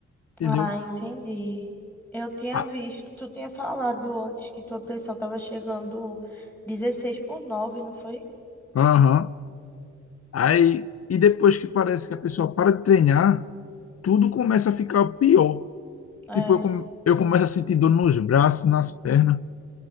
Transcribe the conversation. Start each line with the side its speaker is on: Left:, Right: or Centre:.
Centre: Ah,
Left: entendeu?
Centre: entendi. Eu tinha
Left: Ah,
Centre: visto, tu tinha falado antes que tua pressão tava chegando 16 por 9, não foi?
Left: Aham. Aí, e depois que parece que a pessoa para de treinar, tudo começa a ficar pior.
Centre: É,
Left: Tipo, eu, come- eu começo a sentir dor nos braços, nas pernas,